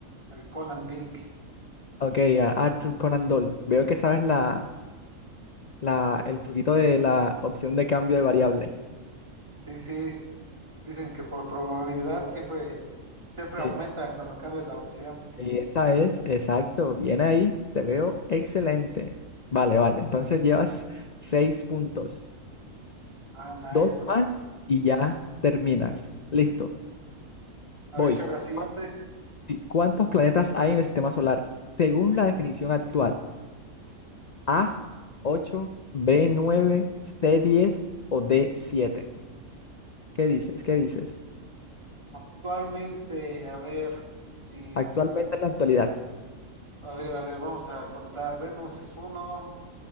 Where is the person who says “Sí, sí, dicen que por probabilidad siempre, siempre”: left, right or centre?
Right